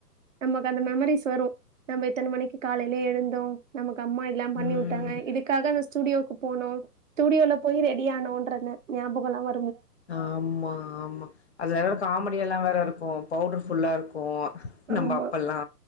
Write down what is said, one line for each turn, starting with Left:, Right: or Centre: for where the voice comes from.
Right: நமக்கு அந்த மெமரீஸ் வரு நம்ம இத்தன மணிக்கி காலைல எழுந்தோ நமக் அம்மா எல்லா பண்ணி
Left: ம்.
Right: உட்டாங்க இதுக்காக வஸ் ஸ்டுடியோக்கு போனோ ஸ்டுடியோல போய் ரெடி ஆனோன்றந்த ஞாபகொலா வ
Left: ஆம்மா ஆமா அது வேற காமெடியெல்லா வேற இருக்கு பௌடர் ஃபுல்லா இருக்கு நம்ப
Right: ஆமா.
Left: அப்பல்லா